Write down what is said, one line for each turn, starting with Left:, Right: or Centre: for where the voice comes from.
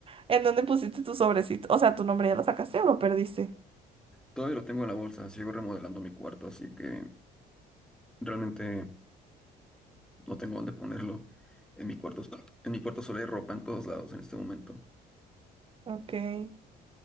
Right: ¿En dónde pusiste tu sobrecito? O sea, tu nombre ya lo sacaste o lo perdiste.
Centre: Todavía lo tengo en la bolsa, sigo remodelando mi cuarto, así que realmente no tengo dónde ponerlo. En mi cuarto, <clears throat> en mi cuarto solo hay ropa en todos lados en este momento.
Right: Ok.